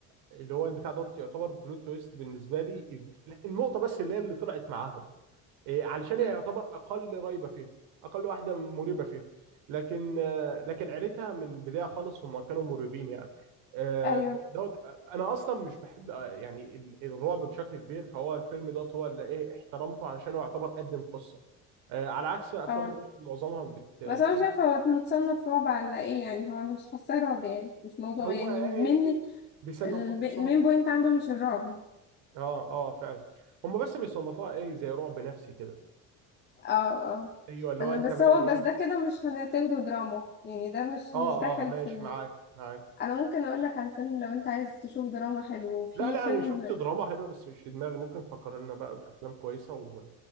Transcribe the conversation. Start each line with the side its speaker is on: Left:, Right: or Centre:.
Right: اللي هو البتاع دوت يعتبر بلوت تويست بالنسبه لي ال- النقطه بس اللي هي اللي طلعت معاهم إيه، علشان
Left: مم.
Right: هي يعتبر اقل ريبه فيه اقل واحده مريبه فيه لكن آه، لكن عيلتها من البدايه خالص هم كانوا مريبين يعني آه،
Left: ايوه
Right: دوت انا اصلا مش بحب آه، يعني ال- الرعب بشكل كبير فهو الفيلم دوت هو اللي ايه احترمته علشان هو يعتبر قدم قصه آه، على عكس افلام
Left: اه
Right: الرعب معظمها بت... بتيجي-
Left: بس انا مش عارفه هو متصنف رعب على ايه يعني هو انا مش حاساه رعب يعني مش موضوع
Right: هو
Left: يعني
Right: ايه
Left: مني
Right: بيصنف
Left: المين
Right: بيصنفوا
Left: بوينت عنده مش الرعب
Right: اه اه فعلا هم بس بيصنفوها ايه زي رعب نفسي كده
Left: اه اه
Right: ايوه اللي
Left: انا
Right: هو انت
Left: بس
Right: بقى
Left: هو
Right: ايه
Left: بس ده كده مش هنعتبره دراما يعني ده مش
Right: اه
Left: مش داخل
Right: اه ماشي
Left: في
Right: معاك معاك
Left: انا ممكن اقول لك على فيلم لو انت عايز تشوف دراما حلو في
Right: لا لا
Left: فيلم
Right: انا شفت دراما حلوه بس مش في دماغي ممكن فكرنا بقى بافلام كويسه و...